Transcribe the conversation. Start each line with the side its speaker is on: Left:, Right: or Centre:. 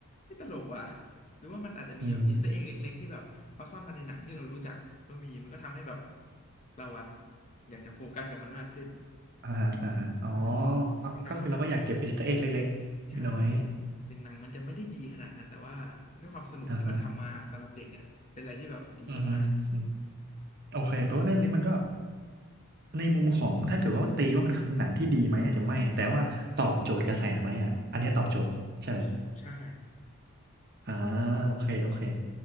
Left: นี่ตลกว่ะหรือว่ามันอาจจะมีแบบอีสเตอร์เอ็กเล็กๆที่แบบเขาซ่อนมาในหนังที่เรารู้จักก็มีมันก็ทำให้แบบ
Right: อืม
Left: เราอะอยากจะโฟกัสกับมันมากขึ้น
Right: อ่าฮะอ่าฮะอ๋อ
Left: เออถึงถึงหนังมันจะ
Right: เอาก็คือเราก็อยากเก็บอีเอสเตออาร์เอเล็กๆน้อย
Left: ใช่ถึงหนังมันจะไม่ได้ดีขนาดนั้นแต่ว่าด้วยความสนุกที่มันทำมาสำหรับเด็กอะเป็นอะไรที่แบบดีมาก
Right: ๆอ่าฮะอือฮึอืมโอเคแปลว่าเรื่องนี้มันก็ในมุมของถ้าเกิดว่าตีว่ามันคือหนังที่ดีไหมอาจจะไม่แต่ว่าตอบโจทย์กระแสไหมอ่ะอันเนี้ยตอบโจทย์ใช่ไหม
Left: ๆใช่
Right: อ่าโอเคโอเค